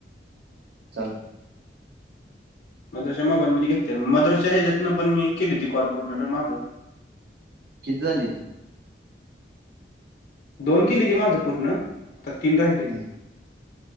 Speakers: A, on the right; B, on the left.
A: चाल
B: मधुरा च्या मोबाईल मध्ये घेतले. मधुरा च्या हेच्यातन पण मी केलीती कॉल पूर्ण माझं.
A: किती झालीत
B: दोन केली ती माझं पूर्ण तर तीन राहिली
A: हम्म
B: ते